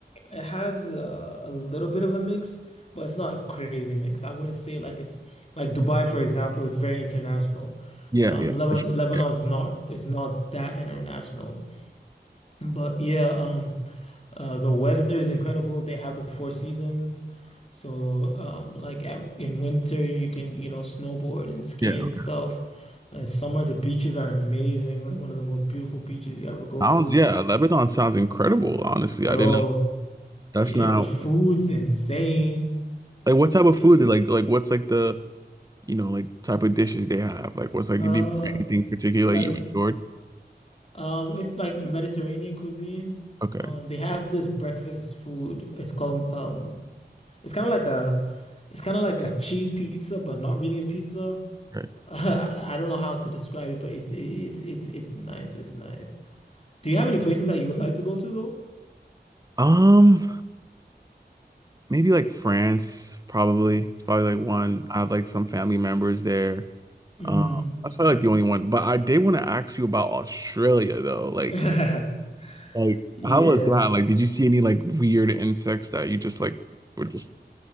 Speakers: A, on the left; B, on the right.
A: it has uh, a little bit of a mix, but it's not a crazy mix. I wouldn't say like it's like Dubai, for example, it's very international.
B: Yeah,
A: Um,
B: yeah.
A: Lebanon,
B: for sure.
A: Lebanon's
B: Yeah.
A: not is not that international, but yeah. um. Uh, the weather is incredible. They have the four seasons. So, um, like at in winter, you can, you know, snowboard and ski
B: Yeah.
A: and
B: okay.
A: stuff. In summer, the beaches are amazing. Like one of the most beautiful beaches you ever go
B: Sounds
A: to.
B: yeah, Lebanon sounds incredible, honestly.
A: Bro,
B: I didn't that's
A: yeah,
B: not
A: the food's insane.
B: like what
A: Eh,
B: type of food they like like what's like the you know like type of dishes they have? Like what's like
A: Uh,
B: do anything particular
A: like
B: like, you enjoyed?
A: um, it's like Mediterranean cuisine.
B: Okay,
A: Um, they have this breakfast food. It's called um, it's kind of like a, it's kind of like a cheese pizza, but not really a pizza.
B: right.
A: <laughs> I don't know how to describe it, but it's it's it's it's nice. It's nice. Do you have any places that you would like to go to though?
B: Um, maybe like France, probably. It's probably like one. I have like some family members there.
A: Mm,
B: Um, that's
A: mm.
B: probably like the only one. But I did want to ask you about Australia though. Like,
A: <laughs>
B: like
A: Yeah.
B: how was that? Like, did you see any like weird insects that you just like were just?